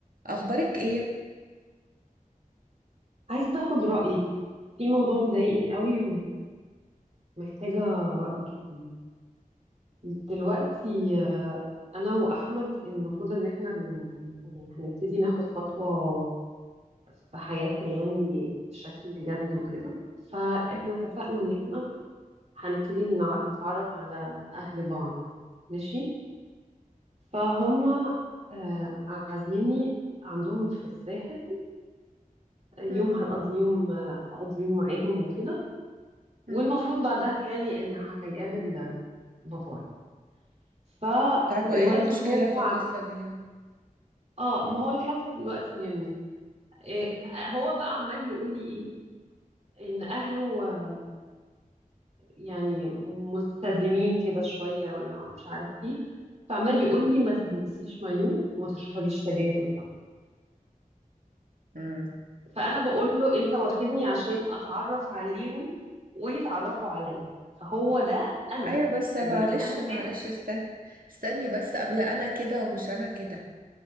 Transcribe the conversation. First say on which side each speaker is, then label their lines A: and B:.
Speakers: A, on the right; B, on the right.
A: اخبارك ايه
B: عايزة أخد رأيك في موضوع مضايقني قوي ومحتاجة رأيك فيه دلوقتي آه، أنا وأحمد المفروض إن إحنا بن... يعني هنبتدي ناخد خطوة في حياتنا يعني بشكل جد وكده فإحنا اتفقنا إن إحنا هنبتدي نع- نتعرف على أهل بعض ماشي فهم آه، عازميني عندهم في الساحل يوم
A: مم.
B: هنقضي يوم آه، هقضي يوم معاهم وكده
A: مم.
B: والمفروض بعدها يعني اللي هيقابل بابايا فدلوقتي
A: طيب وايه المشكله
B: هو
A: في القصه
B: عم...
A: دي
B: اه ما هو لحد دلوقتي جميل إيه
A: مم.
B: هو بقى عمال يقول لي ايه ان اهله آه، يعني ملتزمين كده شويه ولا مش عارف ايه فعمال يقول لي ما تلبسيش مايو وما تشربيش سجاير قدامهم
A: امم
B: فانا بقول له انت واخدني عشان اتعرف عليهم ويتعرفوا عليا فهو ده انا
A: ايوه بس معلش
B: يعني انا كده
A: معلش استني استني بس قبل انا كده ومش انا كده